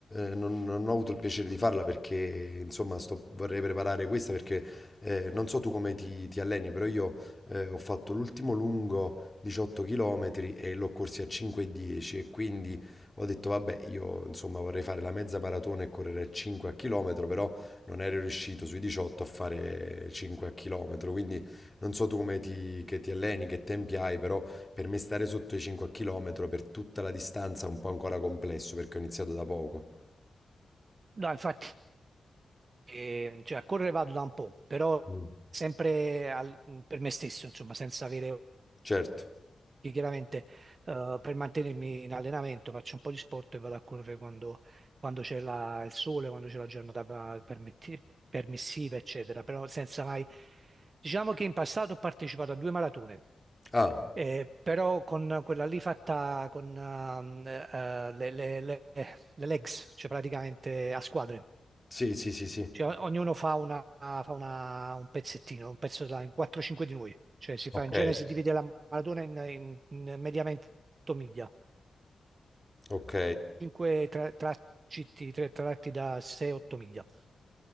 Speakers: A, on the left; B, on the right.
A: eh, non, non ho avuto il piacere di farla perché insomma sto- vorrei preparare questa perché eh, non so tu come ti, ti alleni, però io eh, ho fatto l'ultimo lungo 18 km e l'ho corsi a 5,10 e dieci e quindi ho detto vabbè io insomma vorrei fare la mezza maratona e correre a 5 a chilometro, però non ero riuscito sui 18 a fare 5 a chilometro, quindi... Non so tu come ti, che ti alleni, che tempi hai, però per me stare sotto i 5 km per tutta la distanza è un po' ancora complesso perché ho iniziato da poco.
B: No, infatti, eh, cioè, a correre vado da un po', però
A: Mm.
B: sempre al- per me stesso, insomma, senza avere
A: Certo.
B: che chiaramente eh, per mantenermi in allenamento faccio un po' di sport e vado a correre quando, quando c'è la- il sole, quando c'è la giornata permetti- permissiva, eccetera, però senza mai... Diciamo che in passato ho partecipato a due maratone,
A: Ah,
B: eh, però con quella lì fatta con ehm, eh, eh, le, le- le- le legs, cioè praticamente a squadre.
A: sì, sì, sì, sì.
B: Cioè, o- ognuno fa, una, fa una- un pezzettino, un pezzo della, in 4-5 di noi. Cioè, si
A: Ok.
B: fa in genere, si divide la maratona in, in- in mediamente 8 miglia,
A: Ok.
B: 5 tra, tra- citti, tre tratti da 6-8 miglia.